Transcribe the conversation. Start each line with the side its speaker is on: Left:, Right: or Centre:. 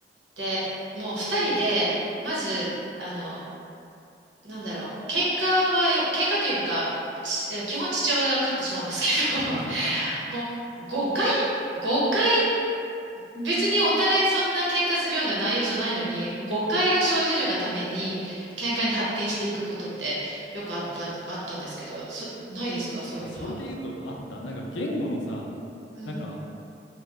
Right: で、もう二人で、まず、あの、なんだろう、喧嘩はよ、喧嘩というか、ちえ基本父親が勝ってしまうんですけど、<laughs>
Left: <laughs>
Right: もう誤解誤解別にお互いそんな喧嘩するような内容じゃないのに、誤解が生じるがために、喧嘩に発展していくことってよくあった、あったんですけど、そ、ないですかそういうのは。
Left: それで言うと、あった。なんか言語のさ、
Right: うん。
Left: なんか